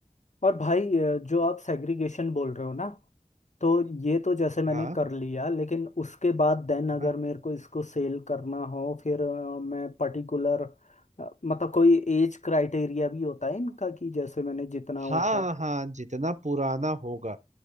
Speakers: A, on the left; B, on the right.
A: और भाई अ, जो आप सेग्रीगेशन बोल रहे हो ना तो ये तो जैसे मैंने
B: हाँ
A: कर लिया लेकिन उसके बाद देन अगर
B: हाँ
A: मेरे को इसको सेल करना हो फिर अ, मैं पर्टिकुलर मतलब कोई एज क्राइटेरिया भी होता है इनका कि जैसे मैंने जितना उठा
B: हाँ हाँ जितना पुराना होगा